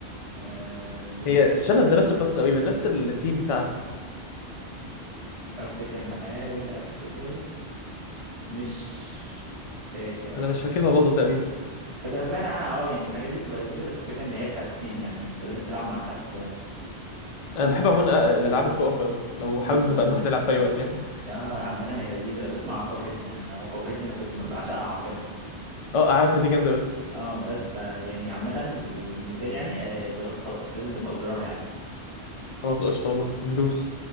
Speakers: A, on the right (about 35°); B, on the left (about 55°).
A: آه، ب- ب-
B: هي شبه
A: ب-
B: ذا
A: ب-
B: لاست اوف اس تقريبا نفس الثيم بتاعها
A: بحاول افتكر بحاول افتكر مش فاكر
B: انا مش فاكرها برضه تقريبا
A: بس انا سمعت عنها اه يعني الحاجات دي بتبقى لذيذه بس الفكره ان هي بتاعت اتنين يعني, يعني انت لازم تلعب مع حد
B: انا بحب عموما أ- الالعاب الكوب قوي لو حابب
A: امم
B: نبقى نروح نلعب في اي وقت يعني
A: اه عامة هي لذيذة لو تسمع عن كاب هيد يعني انا كاب هيد انا كنت بعشقها حرفيا
B: <laughs> اه عارفها دي جامده قوي
A: اه بس فيعني عامة بالنسبة لي يعني ذا لاست اوف اس لازم تبقى تجربها يعني
B: خلاص قشطه والله ندوس